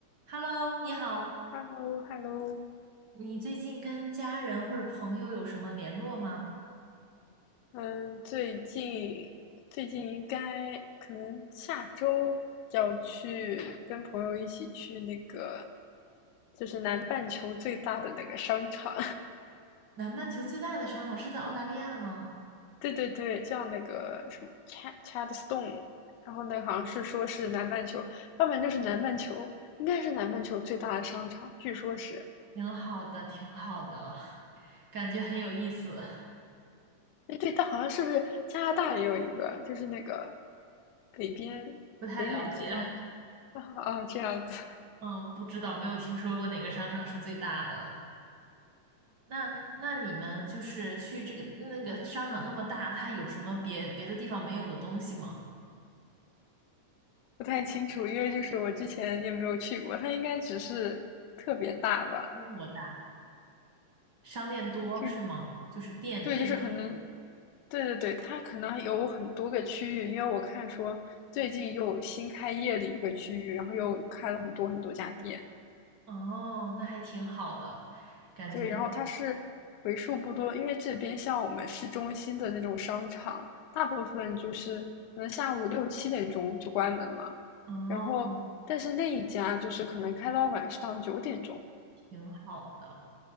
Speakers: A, on the right (about 55°); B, on the left (about 75°).
A: Hello，你好，
B: h e l l o h e l l o
A: 你最近跟家人或者朋友有什么联络吗？
B: 嗯，最近最近应该可能下周要去跟朋友一起去那个，就是南半球最大的那个商场，
A: 南半球最大的商场是在澳大利亚吗？
B: <laughs> 对对对，叫那个什么 Chad Chadstone，然后那好像是说是南半球，要不然就是南半球，应该是南半球最大的商场，据说是，
A: 挺好的，挺好的，<laughs> 感觉很有意思，
B: 哎对，但好像是不是加拿大也有一个，就是那个北边
A: 不太了解，
B: 北美最大的啊啊这样子。
A: 嗯，不知道，没有听说过哪个商场是最大的。那那你们就是去这个那个商场那么大，它有什么别别的地方没有的东西吗？
B: 不太清楚，因为就是我之前也没有去过，它应该只是特别大吧？
A: 规模大，商店多是吗？
B: 就
A: 就是店店铺多。
B: 对，就是可能，对对对，它可能有很多个区域，因为我看说最近又新开业的一个区域，然后又开了很多很多家店。
A: 哦，那还挺好的，感觉。
B: 对，然后它是为数不多，因为这边像我们市中心的那种商场，大部分就是可能下午六七点钟就关门了，
A: 哦，
B: 然后但是那一家就是可能开到晚上九点钟。
A: 挺好的。